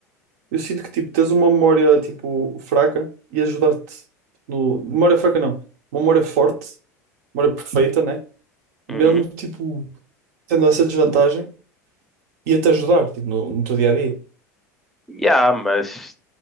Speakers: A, on the right; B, in the centre.
A: eu sinto que tipo, tens uma memória tipo, fraca e ajudar-te no. Memória fraca não. Uma memória forte, memória perfeita, né? Mesmo
B: Uhum.
A: tipo. tendo essa desvantagem, ia-te ajudar, tipo, no, no teu dia a dia.
B: Yeah, mas